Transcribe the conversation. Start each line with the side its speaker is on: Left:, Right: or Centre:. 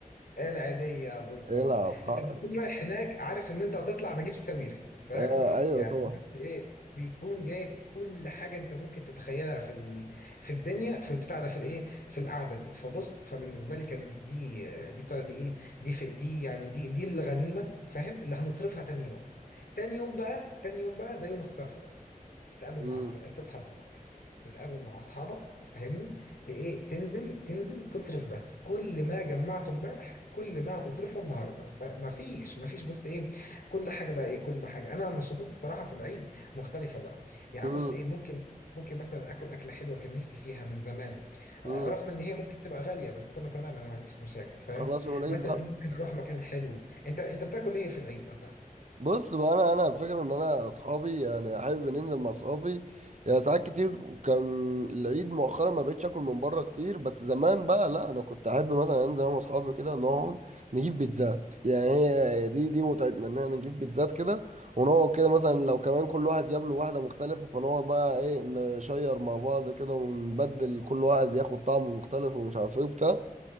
Left: إيه العادية بالظبط
Right: لا العب حقك
Left: انت بتكون رايح هناك عارف ان انت هتطلع نجيب ساويرس فاهم
Right: اه ايوه
Left: يعني
Right: طبعا
Left: بس ايه بيكون جايب كل حاجة انت ممكن تتخيلها في ال... في الدنيا في البتاع ده في الايه في القعدة دي فبص فبالنسبة لي كانت دي دي بتاع دي ايه دي في دي يعني دي دي الغنيمة فاهم اللي هنصرفها تاني يوم تاني يوم بقى تاني يوم بقى ده يوم الصرف بس تقابل
Right: امم
Left: مع تصحى الصبح تتقابل مع اصحابك فاهمني ت- ايه تنزل تنزل تصرف بس كل ما جمعته امبارح كل ما هتصرفه النهارده فما فيش ما فيش بص ايه كل حاجه بقى ايه كل حاجه انا النشاطات الصراحه في العيد مختلفه بقى يعني
Right: امم
Left: بص ايه ممكن ممكن مثلا اكل اكله حلوه كان نفسي فيها من زمان
Right: امم
Left: آه، رغم ان هي ممكن تبقى غاليه بس انا تمام انا ما عنديش مشاكل فاهم
Right: خلاص يا وليد
Left: مثلا
Right: بقى
Left: إيه ممكن اروح مكان حلو انت انت بتاكل ايه في العيد مثلا
Right: بص بقى انا انا الفكره ان انا اصحابي يعني احب ننزل مع اصحابي يعني ساعات كتير كان العيد مؤخرا ما بقتش اكل من بره كتير بس زمان بقى لا انا كنت احب مثلا انزل انا واصحابي كده نقعد نجيب بيتزات يعني هي دي دي متعتنا ان احنا نجيب بيتزات كده ونقعد كده مثلا لو كمان كل واحد جاب له واحده مختلفه فنقعد بقى ايه نشير مع بعض كده ونبدل كل واحد ياخد طعم مختلف ومش عارف ايه وبتاع